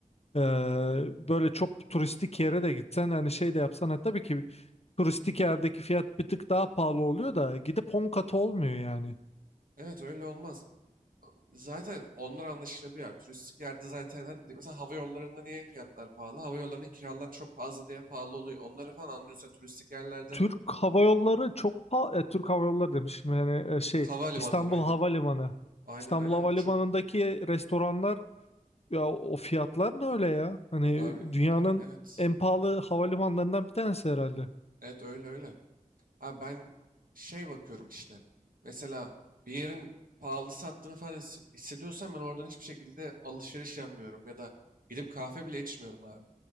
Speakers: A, on the left; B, on the right.
A: Eee, böyle çok turistik yere de gitsen hani şey de yapsan ha, tabii ki turistik yerdeki fiyat bir tık daha pahalı oluyor da gidip 10 katı olmuyor yani.
B: Evet öyle olmaz. Zaten onlar anlaşılabiliyor. Turistik yerde zaten hadi diyeyim, mesela hava yollarında niye fiyatlar pahalı? Hava yollarının kiralar çok fazla diye pahalı oluyor. Onları falan anlıyorsan turistik yerlerde
A: Türk Hava Yolları çok pa- e, Türk Hava Yolları demişim yani e, şey
B: havalimanları
A: İstanbul
B: aynen.
A: Havalimanı.
B: Aynen
A: İstanbul
B: aynen
A: Havalimanı'ndaki
B: uçuk.
A: restoranlar ya o fiyatlar ne öyle ya? Hani
B: Abi
A: dünyanın
B: e, evet.
A: en pahalı havalimanlarından bir tanesi herhalde.
B: Evet öyle öyle. Ha ben şey bakıyorum işte. Mesela bir yerin pahalı sattığını falan his- hissediyorsam ben oradan hiçbir şekilde alışveriş yapmıyorum ya da gidip kahve bile içmiyorum abi.